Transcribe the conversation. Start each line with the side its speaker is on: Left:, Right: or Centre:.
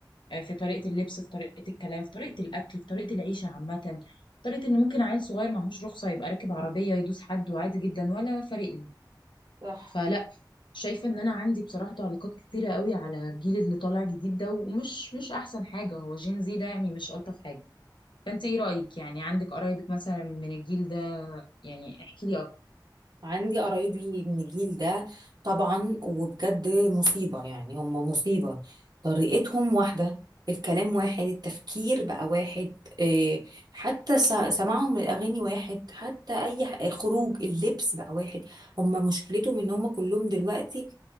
Left: آه، في طريقه اللبس في طريقه الكلام في طريقه الاكل في طريقه العيشه عامه طريقه ان ممكن عيل صغير معهوش رخصه يبقى راكب عربيه يدوس حد وعادي جدا ولا فارق لي
Right: صح
Left: فلا شايفه ان انا عندي بصراحه تعليقات كتيره قوي على الجيل اللي طالع جديد ده ومش مش احسن حاجه هو جين زي ده يعني مش الطف حاجه فانت ايه رايك يعني عندك قرايبك مثلا من الجيل ده يعني احكي لي اكتر
Right: عندي قرايبي من الجيل ده طبعا وبجد مصيبة يعني هم مصيبة طريقتهم واحدة الكلام واحد التفكير بقى واحد إيه، حتى س- سماعهم للأغاني واحد حتى أي ح- خروج اللبس بقى واحد هم مشكلتهم إن هم كلهم دلوقتي